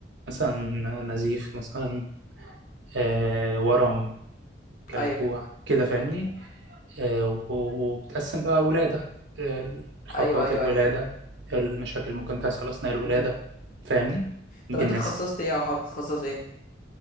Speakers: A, on the right; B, on the left.
A: مثلا نزيف مثلا آه، ورم كلكوع
B: ايوه
A: كده فاهمني آه، و- وبتقسم بقى ولادة آه، خطوات
B: ايوه ايوه
A: الولادة
B: ايوه
A: المشاكل ممكن تحصل أثناء الولادة
B: امم
A: فاهمني
B: طب
A: دي
B: انت
A: النساء
B: اتخصصت ايه او حابب تتخصص ايه